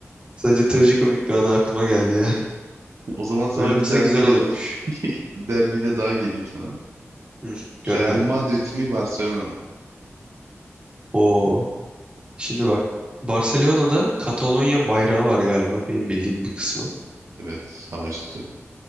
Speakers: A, on the right; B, on the right.
A: Sadece trajikomik bir anı aklıma geldi ya.
B: o
A: <laughs>
B: zaman sana
A: Öyle
B: bir
A: olsa
B: derbiyle
A: güzel olurmuş.
B: <laughs> bir derbiyle daha geleyim sana.
A: Hı, gönder.
B: Real Madrid mi Barcelona mı?
A: Oo. Şimdi bak. Barcelona'da Katalonya bayrağı var galiba. Benim bildiğim bir kısmı.
B: Evet sağ üstte.